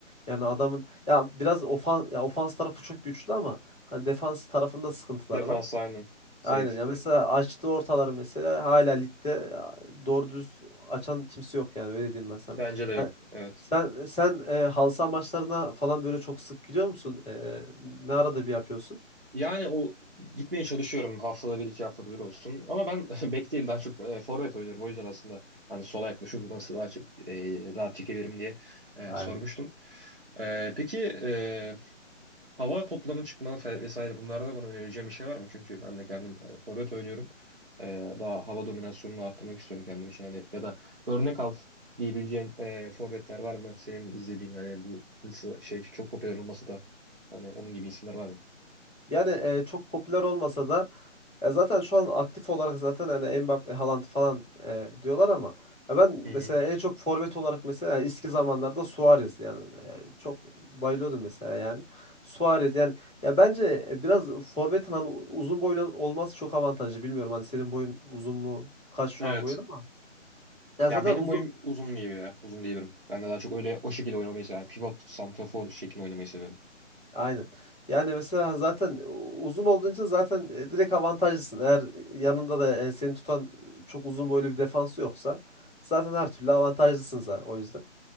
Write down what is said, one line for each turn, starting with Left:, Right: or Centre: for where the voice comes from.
Centre: Yani adamın ya biraz ofans ya ofans tarafı çok güçlü ama hani defans tarafında sıkıntılar
Right: Defans
Centre: var.
Right: aynen zayıf.
Centre: Aynen ya mesela açtığı ortaları mesela hala ligde ya, doğru düz açan kimse yok yani öyle diyeyim ben sana.
Right: Bence de yok.
Centre: Yani
Right: Evet.
Centre: sen sen e, halı saha maçlarına falan böyle çok sık gidiyor musun? E, ne arada bir yapıyorsun?
Right: Yani o gitmeye çalışıyorum haftada bir iki haftada bir olsun. Ama ben <laughs> bek değil daha çok e, forvet oynuyorum. O yüzden aslında hani sola yaklaşıp nasıl daha çok e, rahat çekebilirim diye e,
Centre: Aynen.
Right: sormuştum. E, peki e, Hava toplarının çıkmanı fe- vesaire bunlarda bana önereceğim bir şey var mı? Çünkü ben de kendim e, forvet oynuyorum. E, daha hava dominasyonunu arttırmak istiyorum kendim için. Hani ya da örnek al diyebileceğin e, forvetler var mı? Senin izlediğin hani bu nasıl şey çok popüler olmasa da hani onun gibi isimler var mı?
Centre: Yani e, çok popüler olmasa da Ya zaten şu an aktif olarak zaten yani Mbappe, Haaland falan e, diyorlar ama ya ben mesela
Right: Hı hı.
Centre: en çok forvet olarak mesela yani eski zamanlarda Suarez yani e, çok bayılıyordum mesela yani. Suarez yani ya bence biraz forvetin hani uzun boylu olması çok avantajlı. Bilmiyorum hani senin boyun uzun mu? Kaç şu
Right: Evet.
Centre: an boyun ama ya
Right: Ya
Centre: zaten
Right: benim
Centre: uzun
Right: boyum uzun gibi ya. Uzun diyebilirim. Ben de daha çok öyle o şekilde oynamayı severim. Pivot, santrafor şeklinde oynamayı severim.
Centre: Aynen. Yani mesela zaten uzun olduğun için zaten e, direkt avantajlısın. Eğer yanında da enseni tutan çok uzun boylu bir defans yoksa zaten her türlü avantajlısın zaten o yüzden.